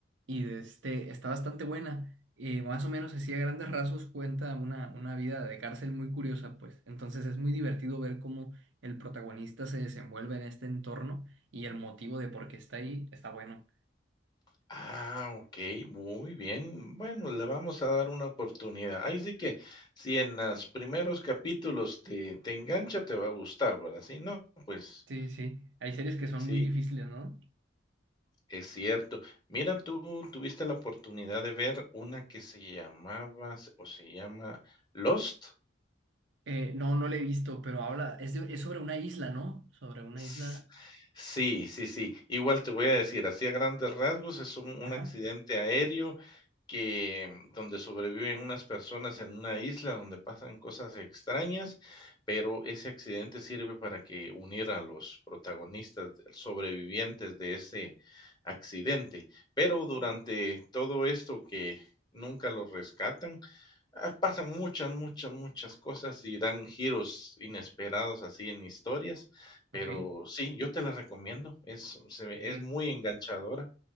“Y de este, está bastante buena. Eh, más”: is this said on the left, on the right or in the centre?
Right